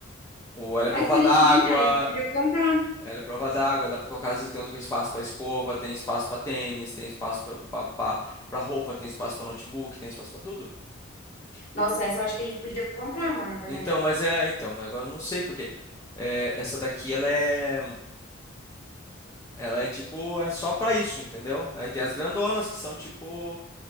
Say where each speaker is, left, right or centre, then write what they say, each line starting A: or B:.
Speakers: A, on the left (about 15°); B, on the left (about 50°).
A: o... Ela é prova
B: Ai, que bonitinha,
A: d'água.
B: a gente podia comprar.
A: Ela é prova d'água, dá pra colocar, às vezes tem uns- espaço pra escova, tem espaço pra tênis, tem espaço pra pra- pra- pra roupa, tem espaço pra notebook, tem espaço pra tudo.
B: Nossa, essa eu acho que a gente podia comprar, amor, na verdade.
A: Então, mas é, então, mas agora eu não sei porque eh, essa daqui ela é, ela é tipo, é só pra isso, entendeu? Aí tem as grandonas que são tipo